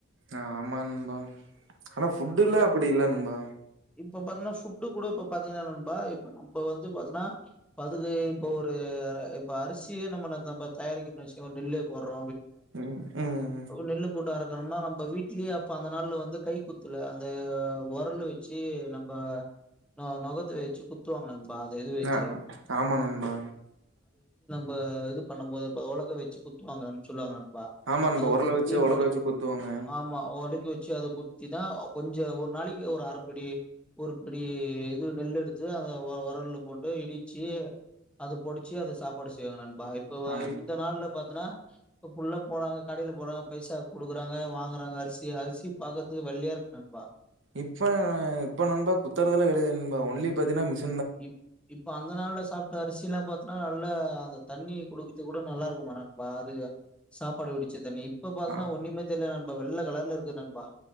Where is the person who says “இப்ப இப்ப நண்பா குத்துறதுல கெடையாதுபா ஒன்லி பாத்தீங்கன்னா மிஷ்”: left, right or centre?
Right